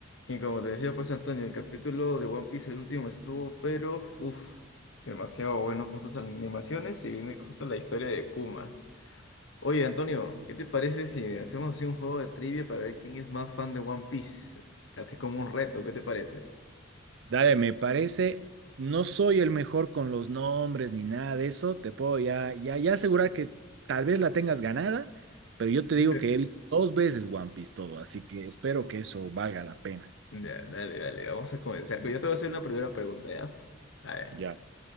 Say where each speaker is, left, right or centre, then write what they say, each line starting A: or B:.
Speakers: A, on the left; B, on the right.
A: Y como te decía, pues Antonio, el capítulo de One Piece, el último estuvo, pero, uff, demasiado bueno con sus animaciones y viene justo la historia de Kuma. Oye, Antonio, ¿qué te parece si hacemos así un juego de trivia para ver quién es más fan de One Piece? Así como un reto, ¿qué te parece?
B: Dale, me parece, no soy el mejor con los nombres ni nada de eso, te puedo ya, ya, ya asegurar que tal vez la tengas ganada, pero yo te digo
A: <laughs>
B: que he visto dos veces One Piece todo, así que espero que eso valga la pena.
A: Ya, dale, dale, vamos a comenzar. Yo te voy a hacer una primera pregunta, ¿ya? A ver,
B: Ya,